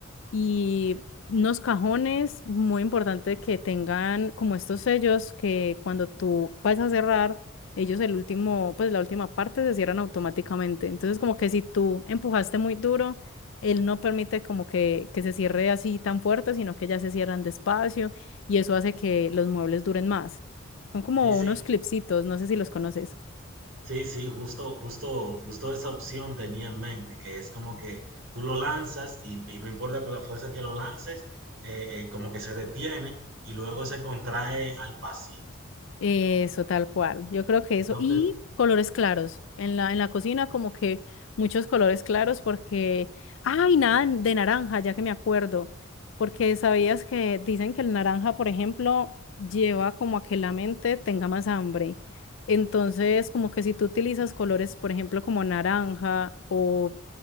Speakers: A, on the left; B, on the right.
A: y unos cajones muy importante que tengan como estos sellos que cuando tú vas a cerrar, ellos el último, pues la última parte se cierran automáticamente. Entonces como que si tú empujaste muy duro, él no permite como que, que se cierre así tan fuerte, sino que ya se cierran despacio y eso hace que los muebles duren más. Son como
B: Sí, sí,
A: unos clipsitos, no sé si los conoces.
B: sí, sí, justo, justo, justo esa opción tenía en mente, que es como que tú lo lanzas y, y no importa con la fuerza que lo lances, eh, eh, como que se detiene y luego se contrae al pasito.
A: Eso, tal cual. Yo creo que
B: Entonces,
A: eso. Y colores claros. En la, en la cocina, como que muchos colores claros, porque. ¡Ay, nada de naranja! Ya que me acuerdo. Porque sabías que dicen que el naranja, por ejemplo, lleva como a que la mente tenga más hambre. Entonces, como que si tú utilizas colores, por ejemplo, como naranja o